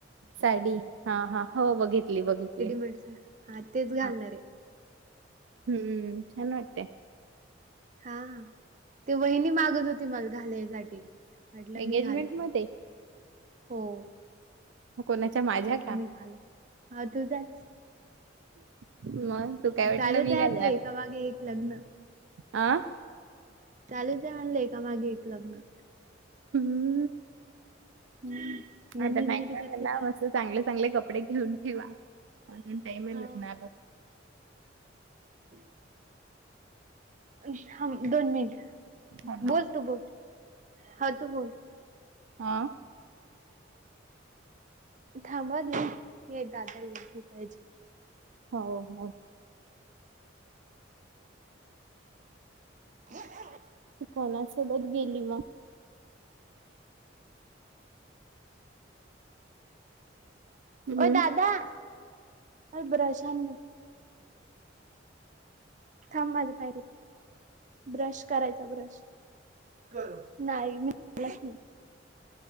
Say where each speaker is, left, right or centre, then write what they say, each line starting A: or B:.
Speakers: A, on the right; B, on the right.
A: साडी हा हा हो बघितली बघितली.
B: मिे <inaudible> हा तेच
A: हा
B: घालणार ये.
A: हम्म छान वाटते
B: हा हा ते वहिनी मागत होती मला घालायसाठी. म्हटलं
A: एंगेजमेंट
B: मी घालत
A: मध्ये
B: आहे हो.
A: कोणाच्या माझ्या
B: म्हटलं
A: का
B: मी घालत ये हा तू जाच.
A: मग तू काय वाटलं
B: चालूच
A: मी
B: ये
A: घालणार
B: आता एका मागे एक लग्न
A: अ
B: चालूच ये म्हणलं एका मागे एक लग्न.
A: हम्म
B: हम्म नंदिनी
A: आता नाही
B: दीदी
A: काय
B: करते
A: म्हणा
B: का?
A: मस्त चांगले चांगले कपडे घेऊन ठेवा, अजून टाईम आहे
B: हाव.
A: लग्नाल.
B: <inaudible> हां थांब दोन मिनिट अ
A: हॅलो
B: बोल तू बोल हा तू बोल
A: आ
B: थांबा आ दिल हे दादाला हे पाहिजे.
A: हाव हाव
B: <inaudible>
A: तु कोणा सोबत गेली मग? हम्म
B: ओ दादा मला ब्रश आण न थांब माझं <unintelligible> ब्रश करायचा ब्रश. नाही मी न आणलाच नाही.